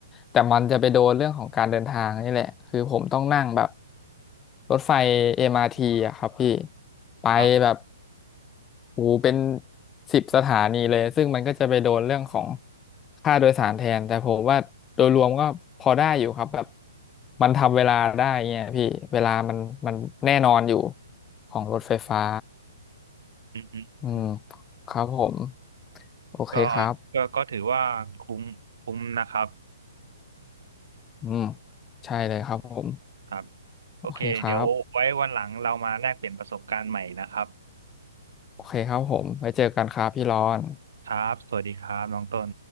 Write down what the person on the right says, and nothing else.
ครับ
อืม
ก็ก็ก็ถือว่าคุ้มคุ้มนะครับ
ครับโอเคเดี๋ยวไว้วันหลังเรามาแลกเปลี่ยนประสบการณ์ใหม่นะครับ
ครับสวัสดีครับน้องต้น